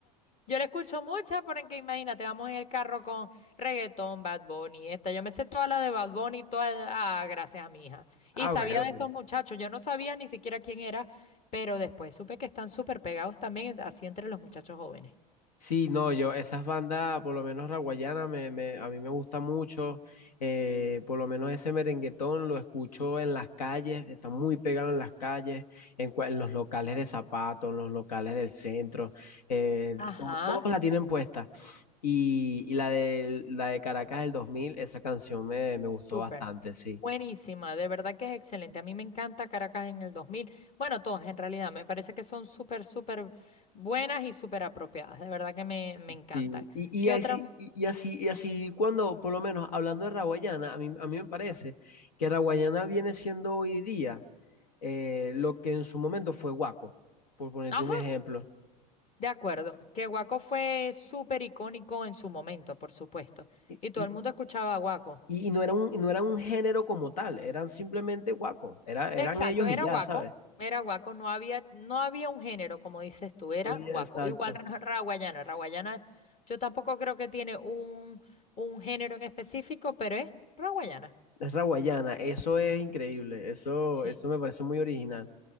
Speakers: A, on the left; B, on the left.
A: Yo le escucho muchas porque imagínate, vamos en el carro con reggaetón, Bad Bunny, esta. Yo me sé toda la de Bad Bunny, toda, ah, gracias a mi hija.
B: Ah,
A: Y sabía
B: bueno,
A: de estos muchachos, yo no sabía ni siquiera quién era, pero después supe que están súper pegados también así entre los muchachos jóvenes.
B: Sí, no, yo, esas bandas, por lo menos la guayana, me, me- a mí me gusta mucho, eh, por lo menos ese merenguetón lo escucho en las calles, está muy pegado en las calles, en, cua- en los locales de zapatos, en los locales del centro, eh,
A: Ajá,
B: to- todos la tienen puesta. Y, y la de, la de Caracas del 2000, esa canción me, me gustó
A: súper.
B: bastante, sí.
A: Buenísima, de verdad que es excelente. A mí me encanta Caracas en el 2000. Bueno, todas en realidad, me parece que son súper, súper buenas y súper apropiadas. De verdad que me,
B: Sí,
A: me encantan.
B: sí. Y,
A: ¿Qué
B: y así,
A: otra? mu-
B: y y así, y así cuando, por lo menos hablando de raguayana, a mí, a mí me parece que raguayana viene siendo hoy día eh, lo que en su momento fue guaco, por ponerte
A: Ajá,
B: un ejemplo.
A: de acuerdo. Que Guaco fue súper icónico en su momento, por supuesto.
B: Y,
A: Y todo
B: y-
A: el mundo escuchaba a Guaco.
B: y no era un, no era un género como tal, eran simplemente guaco, era, eran
A: Exacto,
B: ellos
A: era
B: y ya,
A: guaco,
B: ¿sabes?
A: era guaco, no había, no había un género, como dices tú, era
B: Muy
A: guaco.
B: exacto.
A: Igual ra- raguayana, raguayana, yo tampoco creo que tiene un, un género en específico, pero es raguayana.
B: Es la guayana, eso es increíble, eso,
A: Sí.
B: eso me parece muy original.